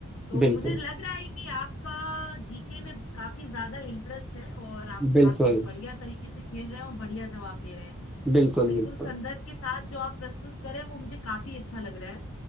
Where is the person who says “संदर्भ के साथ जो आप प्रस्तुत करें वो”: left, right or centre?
Left